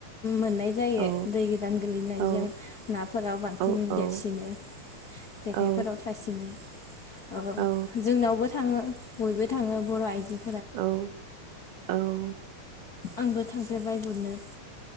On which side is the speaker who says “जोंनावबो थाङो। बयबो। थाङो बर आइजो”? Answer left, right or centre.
Left